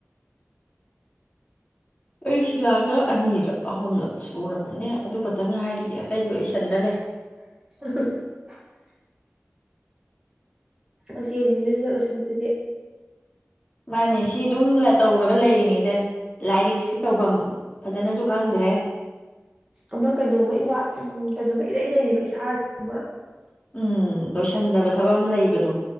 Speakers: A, on the left; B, on the right.
A: ꯑꯩ ꯁꯤꯂꯥꯒ ꯑꯅꯤꯔꯛ ꯑꯍꯨꯝꯂꯛ ꯁꯨꯨꯔꯝꯃꯅꯦ ꯑꯗꯨ ꯈꯛꯇꯪ ꯉꯥꯏꯔꯤꯒ ꯑꯇꯩ ꯂꯣꯏꯁꯟꯗꯂꯦ
B: <unintelligible> ꯑꯁꯤ ꯌꯦꯁꯤ ꯆꯠꯂꯣꯏꯁꯪꯒꯤꯗꯨꯗꯤ
A: ꯃꯥꯅꯦ ꯁꯤ ꯑꯗꯨꯝ ꯇꯧꯔꯒ ꯂꯩꯔꯤꯉꯩꯗ ꯂꯥꯏꯔꯤꯛꯁꯤ ꯇꯧꯐꯝ ꯐꯖꯅꯁꯨ ꯈꯪꯗ꯭ꯔꯦ
B: ꯑꯃ ꯀꯩꯅꯣꯝꯃ ꯏꯠ ꯎ ꯀꯩꯅꯣꯝꯃ ꯏꯔꯩ ꯂꯩꯔꯤꯕ ꯏꯁꯥꯁꯤ ꯑꯃ
A: ꯎꯝ ꯂꯣꯏꯁꯤꯟꯗꯕ ꯊꯕꯛ ꯑꯃ ꯂꯩꯕꯗꯣ